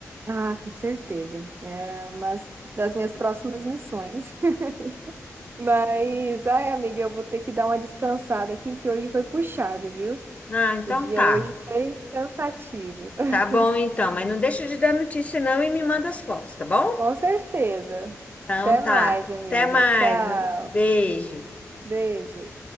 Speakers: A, on the right (about 40°); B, on the left (about 25°).
A: Ah, com certeza. É uma das minhas próximas missões. <laughs> Mas, ai, amiga, eu vou ter que dar uma descansada aqui, que hoje foi puxado, viu?
B: Ah, então
A: O dia
B: tá.
A: hoje foi cansativo. <laughs>
B: Tá bom então, mas não deixa de dar notícia não e me manda as fotos, tá bom?
A: Com certeza.
B: Então
A: Até
B: tá.
A: mais, amiga.
B: Até mais.
A: Tchau.
B: Beijo.
A: Beijo.